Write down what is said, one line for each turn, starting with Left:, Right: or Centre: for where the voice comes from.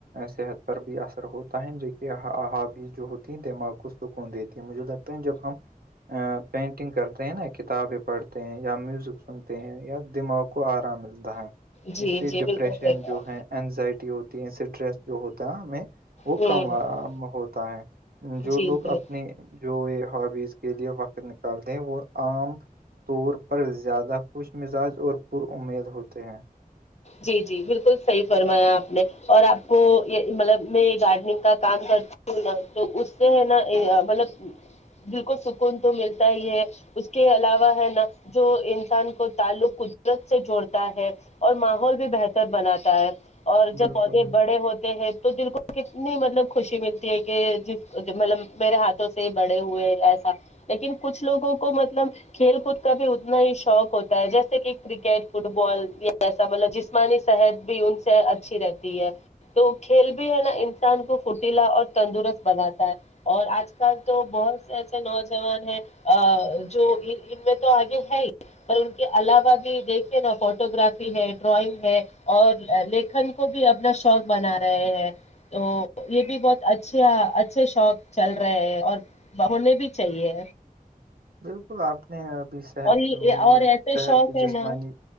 Right: صحت پر بھی اثر ہوتا ہے ج کہ حابی جو ہوتی ہیں دماغ کو سکون دیتی ہیں مجھے لگتا جب ہم پینٹنگ کرتے نا کتابیں پڑھتے ہیں یا میوزک سنتے ہیں یا دماغ کو آرام ملتا ہے
Left: جی
Right: اس سے
Left: جی بالکل
Right: ڈپریشن
Left: صحیح کہا
Right: جو ہے اینزائٹی ہوتی ہے سٹریس جو ہوتا ہے ہمیں وہ
Left: ہ
Right: کم ہوتا ہے جو
Left: جی
Right: لوگ
Left: جی
Right: اپنی جو یہ ہابیز کے لیے وقت نکالتے ہیں وہ عام طور پر زیادہ خوش مزاج اور پرمید ہوتے ہیں
Left: جی جی بالکل صحیح فرمایا آپ نے اور آپ کو یہ مطلب میں یہ گارڈننگ کا کام کرتا سنا تو اس سے ہے نا مطلب دل کو سکون تو ملتا ہی ہے اس کے علاوہ ہے ن جو انسان کو تعلق قدرت سے جوڑتا ہے اور م بھی بہتر بناتا ہے اور
Right: بالکل
Left: جب پودے
Right: بالکل
Left: بڑے ہوتے ہیں تو د کو کتنی مطلب خوشی ملتی ہے کہ جس مطلب میرے ہاتھوں سے بڑے ہوئے ایسا لیکن کچھ لوگوں کو مطلب کھیل کود کا بھی اتنا ہی شوق ہوتا ہے جیسے کہ کرکٹ فٹ بال ا مطلب جسمانی صحت بھی ان سے اچھی رہتی ہے تو کھیل بھی ہے نا انسان کو فرتیلا اور تندرست بناتا ہے اور آج کل تو بہت سے ایسے نوجوان ہیں ا جو ان میں تو آگے ہے ہی پر ان کے علاوہ بھی دیکھیے نا فوٹو گراف ہے ڈرائنگ ہے اور لکھن کو بھی اپنا شوق بنا رہے ہیں تو یہ بھی بہت اچھے اچھے شوق چل رہے ہیں اور بولے بھی چاہیے
Right: بالکل آپ نے اب صحت
Left: اور یہ
Right: کی
Left: اور ایسے
Right: صحت
Left: شوق
Right: کی
Left: ہے
Right: جسمانی
Left: نا